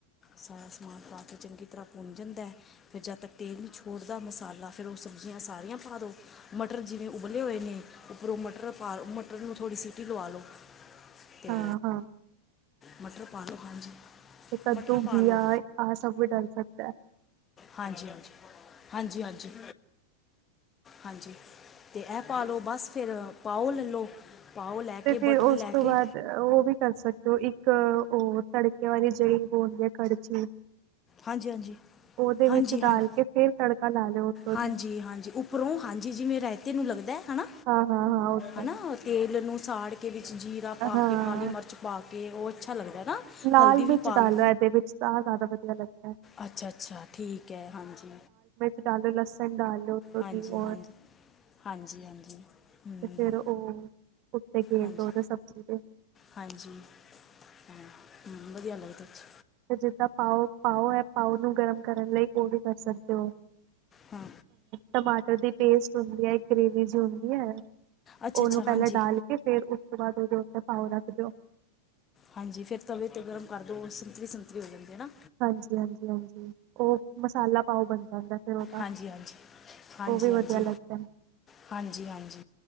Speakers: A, on the left; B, on the right.
A: ਸਾਰਾ ਸਮਾਨ ਪਾ ਕੇ ਚੰਗੀ ਤਰ੍ਹਾਂ ਭੁੰਨ ਜਾਂਦਾ ਹੈ। ਫੇਰ ਜਦ ਤੱਕ ਤੇਲ ਛੋੜਦਾ ਮਸਾਲਾ ਫਿਰ ਉਹ ਸਬਜ਼ੀਆਂ ਸਾਰੀਆਂ ਪਾ ਦਿਉ ਮਟਰ ਜਿਵੇਂ ਉੱਬਲੇ ਹੋਏ ਨੇ, ਉਪਰੋਂ ਮਟਰ ਪਾ ਮਟਰ ਨੂੰ ਥੋੜੀ ਸੀਟੀ ਲਵਾ ਲਓ।
B: ਹਾਂ-ਹਾਂ-ਹਾਂ।
A: ਤੇ ਮਟਰ ਪਾਲੋ ਹਾਂਜੀ
B: ਤੇ ਕੱਦੂ
A: ਮਟਰ ਪਾ
B: ਘੀਆ
A: ਲਓ
B: ਆਹ ਸਭ ਵੀ ਡਲ ਸਕਦਾ ਹੈ
A: ਹਾਂਜੀ- ਹਾਂਜੀ, ਹਾਂਜੀ- ਹਾਂਜੀ, ਹਾਂਜੀ ਤੇ ਇਹ ਪਾ ਲਓ ਬਸ ਫਿਰ ਪਾਓ ਲੈ ਲਓ, ਪਾਓ ਲੈ
B: ਤੇ
A: ਕੇ,
B: ਫਿਰ
A: ਬਟਰ
B: ਉਸ
A: ਲੈ
B: ਤੋਂ
A: ਕੇ
B: ਬਾਅਦ ਉਹ ਵੀ ਕਰ ਸਕਦੇ ਹੋ ਇੱਕ ਉਹ ਤੜਕੇ ਵਾਲੀ ਜਿਹੜੀ ਬ ਹੁੰਦੀ ਹੈ ਕੜਛੀ
A: ਹਾਂਜੀ ਹਾਂਜੀ
B: ਉਹਦੇ
A: ਹਾਂਜੀ
B: ਵਿੱਚ
A: ਹਾਂਜੀ
B: ਡਾਲ ਕੇ ਫਿਰ ਤੜਕਾ ਲਾ ਲਿਓ ਉੱਤੋਂ
A: ਹਾਂਜੀ
B: ਦੀ
A: -ਹਾਂਜੀ ਉੱਪਰੋਂ ਹਾਂਜੀ ਜਿਵੇੇਂ ਰਾਇਤੇ ਨੂੰ ਲੱਗਦਾ ਹਨਾ
B: ਹਾਂ ਹਾਂ ਹਾਂ ਓਦਾਂ
A: ਹਨਾ
B: ਹੀ
A: ਤੇਲ ਨੂੰ ਸਾੜ ਕੇ ਵਿੱਚ ਜੀਰਾ ਪਾ
B: ਹਾਂ
A: ਕੇ, ਕਾਲੀ ਮਿਰਚ ਪਾ ਕੇ ਉਹ ਅੱਛਾ ਲੱਗਦਾ ਨਾ
B: ਲਾਲ
A: ਹਲਦੀ ਵੀ
B: ਮਿਰਚ
A: ਪਾ
B: ਡਾਲੋ
A: ਲਓ
B: ਇਹਦੇ ਵਿੱਚ ਤਾਂ ਜ਼ਿਆਦਾ ਵਧੀਆ ਲੱਗਦਾ ਹੈ
A: ਅੱਛਾ, ਅੱਛਾ ਠੀਕ ਹੈ ਹਾਂਜੀ
B: ਨਾਲੇ ਲਸਣ ਡਾਲ ਲਓ
A: ਹਾਂਜੀ
B: ਦੀ
A: ਹਾਂਜੀ
B: ਰ
A: ਹਾਂਜੀ ਹਾਂਜੀ ਹਮ,
B: ਤੇ ਫਿਰ ਉਹ <unintelligible> ਉਤੇ ਗੇਰਦੋ
A: ਹਾਂਜੀ
B: ਉਹਦੇ ਸਬਜ਼ੀ ਤੇ <unintelligible>
A: ਹਾਂਜੀ, ਹਾਂ ਵਧੀਆ ਲੱਗਦਾ ਜੀ
B: ਤੇ ਜਿੱਦਾਂ ਪਾਓ, ਪਾਓ ਹੈ ਪਾਓ ਨੂੰ ਗਰਮ ਕਰਨ ਲਈ ਉਹ ਵੀ ਕਰ ਸਕਦੇ ਹੋ।
A: ਹਾਂ
B: ਟਮਾਟਰ ਦੀ ਪੇਸਟ ਹੁੰਦੀ ਹੈ ਇੱਕ ਗ੍ਰੇਵੀ ਜਿਹੀ ਹੁੰਦੀ ਹੈ
A: ਅੱਛਾ
B: ਉਹਨੂੰ
A: ਅੱਛਾ ਹਾਂਜੀ
B: ਪਹਿਲਾਂ ਡਾਲ ਤੇ ਫਿਰ ਉਸ ਤੋਂ ਬਾਅਦ ਉਹਦੇ ਉਪਰ ਪਾਓ ਰੱਖ ਦਿਉ
A: ਹਾਂਜੀ ਫਿਰ ਤਵੇ 'ਤੇ ਗਰਮ ਕਰ ਦਿਉ ਸੰਤਰੀ, ਸੰਤਰੀ ਹੋ ਜਾਂਦੀ ਹੈ ਨਾ
B: ਹਾਂਜੀ- ਹਾਂਜੀ -ਹਾਂਜੀ ਉਹ ਮਸਾਲਾ ਪਾਓ ਬਣ ਜਾਂਦਾ ਫਿਰ ਉਹਦਾ
A: ਹਾਂਜੀ- ਹਾਂਜੀ, ਹਾਂਜੀ
B: ਉਹ ਵੀ ਵਧੀਆ
A: -ਹਾਂਜੀ
B: ਲੱਗਦਾ ਹੈ।
A: ਹਾਂਜੀ- ਹਾਂਜੀ